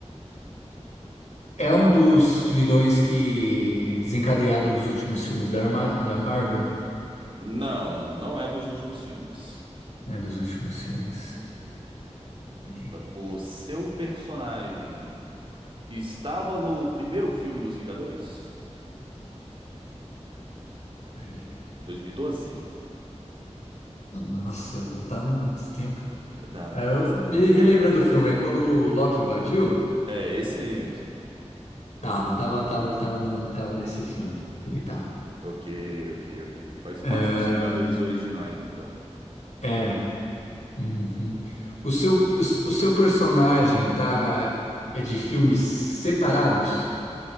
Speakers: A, on the right (about 50°); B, on the left (about 80°).
A: Vamos
B: É um
A: lá.
B: dos vilões que desencadearam os últimos filmes da, Arma- da Marvel,
A: Não, não, não é dos últimos filmes.
B: né? Dos últimos filmes. É.
A: O seu personagem estava no primeiro filme dos Vingadores?
B: É.
A: 2012?
B: Nossa, voltar muito tempo.
A: Não,
B: Ah,
A: não,
B: eu-
A: faz tempo.
B: me relembra do filme, é quando o Loki invadiu?
A: É esse aí mesmo.
B: Tava, tava, tava, tava, no- tava nesse filme. Ele tava.
A: Ok, ok, ok. Faz parte
B: Ah,
A: dos Vingadores originais, então.
B: é. uhum. O seu, o, s- o seu personagem tá. É de filmes separados?